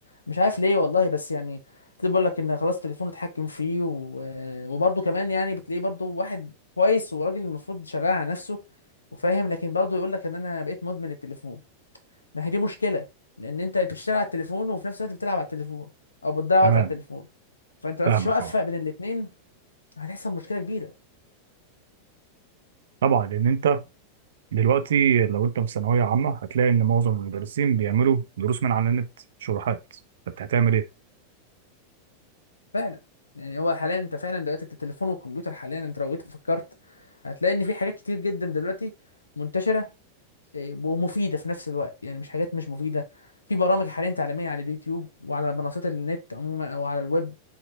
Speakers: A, on the left (about 75°); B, on the right (about 60°).
A: مش عارف ليه والله بس يعني بتلاقي بيقول لك ان خلاص تليفونه اتحكم فيه و... آه، وبرضو كمان يعني بتلاقيه برضو واحد كويس وراجل المفروض شغال على نفسه وفاهم لكن برضو يقول لك ان انا بقيت مدمن التليفون ما هي دي مشكله لان انت بتشتغل على التليفون وفي نفس الوقت بتلعب على التليفون او بتضيع
B: تمام
A: وقت على التليفون فانت ما عرفتش
B: فاهمك
A: توقف
B: اه
A: بين الاثنين هتحصل مشكله كبيره
B: طبعا لان انت دلوقتي لو انت في ثانوية عامة هتلاقي ان معظم المدرسين بيعملوا دروس من على النت شروحات فانت هتعمل ايه؟
A: فعلا يعني هو حاليا انت فعلا دلوقتي التليفون والكمبيوتر حاليا انت لو جيت فكرت هتلاقي ان في حاجات كتير جدا دلوقتي منتشره إيه، ومفيده في نفس الوقت يعني مش حاجات مش مفيده في برامج حاليا تعليميه على اليوتيوب وعلى منصات النت عموما او على الويب